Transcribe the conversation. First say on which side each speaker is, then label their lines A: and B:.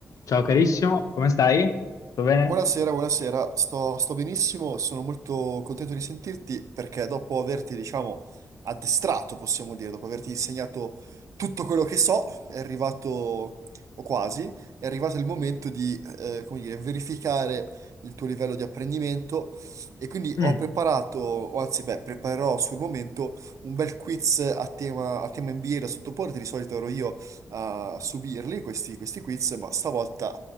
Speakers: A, on the left; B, on the right.
A: Ciao carissimo, come stai? Tutto bene?
B: Buonasera, buonasera, sto, sto benissimo, sono molto contento di sentirti perché dopo averti, diciamo, addestrato, possiamo dire, dopo averti insegnato tutto quello che so, è arrivato, o quasi, è arrivato il momento di, eh, come dire, verificare il tuo livello di apprendimento e quindi
A: Mm.
B: ho preparato, o anzi, beh, preparerò sul momento un bel quiz a tema, a tema NBA da sottoporre, di solito ero io a subirli, questi, questi quiz, ma stavolta